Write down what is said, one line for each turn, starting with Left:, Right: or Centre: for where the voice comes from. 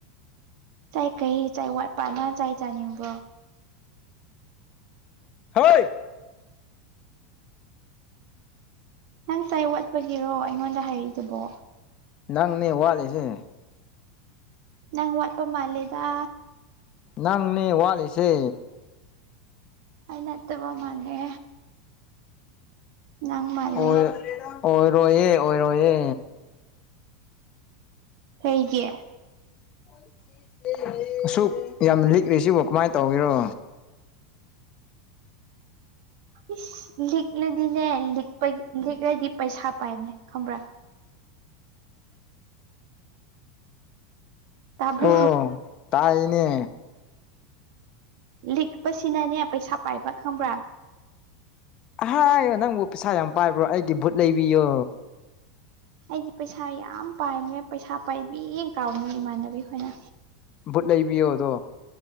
Right: ꯆꯩ ꯀꯩ ꯆꯩ ꯋꯥꯠꯄ ꯅꯪ ꯆꯩ ꯆꯥꯅꯤꯡꯕ꯭ꯔꯣ
Left: ꯍꯣꯏ
Right: ꯅꯪ ꯆꯥꯏ ꯋꯥꯠꯄꯒꯤꯔꯣ ꯑꯩꯉꯣꯟꯗ ꯍꯥꯏꯔꯛꯏꯗꯨꯕꯣ
Left: ꯅꯪꯅꯦ ꯋꯥꯠꯂꯤꯁꯦ
Right: ꯅꯪ ꯋꯥꯠꯄ ꯃꯥꯜꯂꯦꯗꯥ
Left: ꯅꯪꯅꯦ ꯋꯥꯠꯂꯤꯁꯦ
Right: ꯑꯩ ꯅꯠꯇꯕ ꯃꯥꯜꯂꯦ ꯅꯪ ꯃꯥꯜꯂꯦ
Left: ꯑꯣꯏ ꯑꯣꯏꯔꯣꯏꯌꯦ ꯑꯣꯏꯔꯣꯏꯌꯦ
Right: ꯀꯩꯒꯤ
Left: <inaudible> ꯑꯁꯨꯛ ꯌꯥꯝ ꯂꯤꯛꯔꯤꯁꯤꯕꯣ ꯀꯃꯥꯏ ꯇꯧꯒꯦꯔꯣ
Right: ꯏꯁ ꯂꯤꯛꯂꯗꯤꯅꯦ ꯂꯤꯛ ꯂꯤꯛꯂꯗꯤ ꯄꯩꯁꯥ ꯄꯥꯏꯕꯅꯦ ꯈꯪꯕ꯭ꯔꯥ ꯇꯥꯕ꯭ꯔꯣ
Left: ꯑꯣ ꯇꯥꯏꯅꯦ
Right: ꯂꯤꯛꯄꯁꯤꯅꯅꯦ ꯄꯩꯁꯥ ꯄꯥꯏꯕ꯭ꯔꯥ ꯈꯪꯕ꯭ꯔꯥ
Left: ꯑꯍꯥꯌꯣ ꯅꯪꯕꯨ ꯄꯩꯁꯥ ꯌꯥꯝ ꯄꯥꯏꯕ꯭ꯔꯣ ꯑꯩꯒꯤ ꯚꯨꯠ ꯂꯩꯕꯤꯌꯣ
Right: ꯑꯩꯗꯤ ꯄꯩꯁꯥ ꯌꯥꯝ ꯄꯥꯏꯕꯅꯦ ꯄꯩꯁꯥ ꯄꯥꯏꯕꯤ ꯀꯧꯕꯅꯦ ꯏꯃꯥꯟꯅꯕꯤ ꯈꯣꯏꯅ
Left: ꯕꯨꯠ ꯂꯩꯕꯤꯌꯣ ꯑꯗꯣ